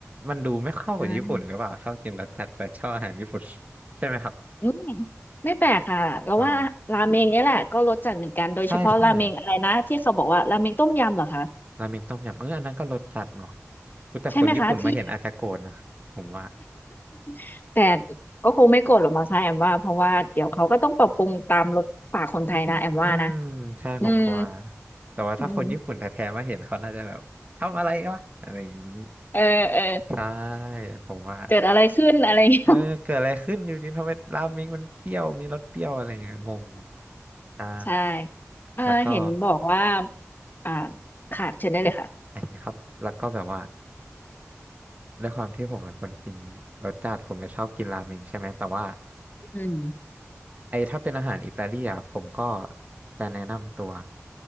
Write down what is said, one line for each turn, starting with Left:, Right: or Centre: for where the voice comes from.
Right: มันดูไม่เข้ากับญี่ปุ่นหรือเปล่าชอบกินรสจัดแต่ชอบอาหารญี่ปุ่น
Left: อ่า
Right: ใช่ไหมครับ
Left: อืมไม่แปลกค่ะเราว่าราเมงเนี่ยแหละก็รสจัดเหมือนกันโดยเฉพาะราเมงอะไรนะที่เขาบอกว่าราเมงต้มยำเหรอคะ
Right: อ๋อใช่ใช่ราเมงต้มยำเอออันนั้นก็รสจัดเนาะอุ๊ยแต่คนญี่ปุ่นมาเห็นอาจจะโกรธนะผมว่า
Left: ใช่ไหมคะที่ <laughs> แต่ก็คงไม่โกรธหรอกมั้งคะแอมว่าเพราะว่าเดี๋ยวเขาก็ต้องปรับปรุงตามรสปากคนไทยนะแอมว่านะ
Right: <laughs> อืมใช่ผมก็ว่า
Left: อืม
Right: แต่ว่าถ้าคนญี่ปุ่นแท้ๆมาเห็นเขาน่าจะแบบทำอะไรวะอะไรอย่างนี้
Left: อืมเออเออ
Right: ใช่ผมว่า
Left: เกิดอะไรขึ้นอะไรอย่างเงี้ย
Right: เออเกิดอะไรขึ้นอยู่ดีทำไมราเมงมันเปรี้ยวมีรสเปรี้ยวอะไรอย่างเงี้ยงงอ่า
Left: ใช่อ่าเห็นบอกว่า
Right: แล้วก็
Left: อ่าค่ะเชิญได้เลยค่ะ
Right: ไอ้ครับแล้วก็แบบว่าด้วยความที่ผมเป็นคนกินรสจัดผมเลยชอบกินราเมงใช่ไหมแต่ว่า
Left: อืม
Right: ไอ้ถ้าเป็นอาหารอิตาเลียนผมก็จะแนะนำตัว